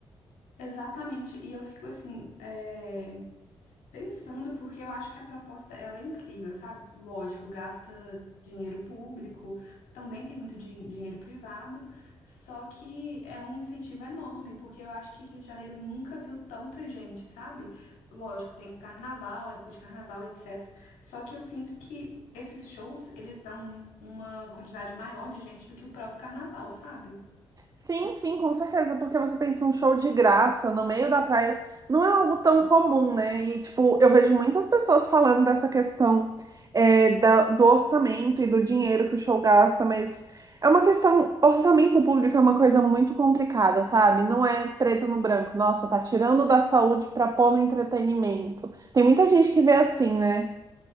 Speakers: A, on the left; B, on the right.
A: Exatamente, e eu fico assim, eh, Pensando, porque eu acho que a proposta ela é incrível, sabe? Lógico, gasta dinheiro público, também tem muito din- dinheiro privado, só que é um incentivo enorme, porque eu acho que Rio de Janeiro nunca viu tanta gente, sabe? Lógico, tem carnaval, época de carnaval, etc. Só que eu sinto que esses shows, eles dão uma quantidade maior de gente do que o próprio carnaval, sabe?
B: Sim, sim, com certeza, porque você pensa um show de graça no meio da praia, não é algo tão comum, né? E, tipo, eu vejo muitas pessoas falando dessa questão é, da- do orçamento e do dinheiro que o show gasta, mas é uma questão, orçamento público é uma coisa muito complicada, sabe? Não é preto no branco, nossa, tá tirando da saúde pra pôr no entretenimento. Tem muita gente que vê assim, né?